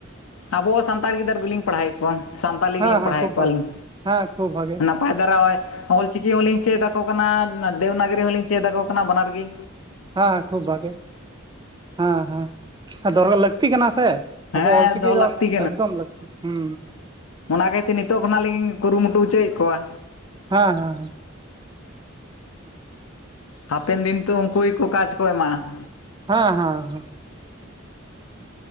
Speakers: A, on the left (about 75°); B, on the right (about 20°).
A: ᱟᱵᱚ ᱥᱟᱱᱛᱟᱲ ᱜᱤᱫᱟᱹᱨ ᱜᱤᱞᱤᱧ ᱯᱟᱲᱦᱟᱣᱮᱫ ᱠᱚᱣᱟ ᱥᱟᱱᱛᱟᱞᱤ
B: ᱦᱮᱸ
A: ᱜᱮᱞᱤᱧ
B: ᱦᱮᱸ
A: ᱯᱟᱲᱦᱟᱣᱮᱫ
B: ᱠᱷᱩᱵ
A: ᱠᱚᱣᱟᱞᱤᱧ
B: ᱵᱷᱟᱜᱮ ᱦᱮᱸ ᱠᱷᱩᱵ ᱵᱷᱟᱜᱮ
A: ᱱᱟᱯᱟᱭ ᱫᱟᱨᱟᱣᱟᱭ ᱚᱞ ᱪᱤᱠᱤ ᱦᱚᱸᱞᱤᱧ ᱪᱮᱫ ᱟᱠᱚ ᱠᱟᱱᱟ ᱫᱮᱵᱽᱱᱟᱜᱚᱨᱤ ᱦᱚᱸᱞᱤᱧ ᱪᱮᱫ ᱟᱠᱚ ᱠᱟᱱᱟ ᱵᱟᱱᱟᱨ ᱜᱤ
B: ᱦᱮᱸ ᱠᱷᱩᱵ ᱵᱷᱟᱜᱮ ᱦᱮᱸ ᱦᱮᱸ ᱫᱚᱨᱚ ᱞᱟᱹᱠᱛᱤ ᱠᱟᱱᱟ ᱥᱮ ᱟᱵᱚ
A: ᱦᱮᱸ
B: ᱚᱞᱪᱤᱠᱤ
A: ᱫᱚᱦᱚ
B: ᱫᱚ
A: ᱞᱟᱹᱠᱛᱤ
B: ᱮᱠᱫᱚᱢ ᱞᱟᱠᱛᱤ ᱦᱩᱸ
A: ᱚᱱᱟᱜᱮᱛᱮ ᱱᱤᱛᱚᱜ ᱠᱷᱚᱱᱟᱜ ᱞᱤᱧ ᱠᱩᱨᱩᱢᱩᱴᱩ ᱚᱪᱚᱭᱮᱫ ᱠᱚᱣᱟ
B: ᱦᱮᱸ ᱦᱮᱸᱻᱦᱮᱸ ᱦᱩᱸ <inaudible>
A: ᱦᱟᱯᱮᱱ ᱫᱤᱱ ᱛᱩ ᱩᱱᱠᱩ ᱜᱮᱠᱩ ᱠᱟᱡᱽ ᱠᱚ ᱮᱢᱟᱜᱼᱟ
B: ᱦᱮᱸ ᱦᱮᱸ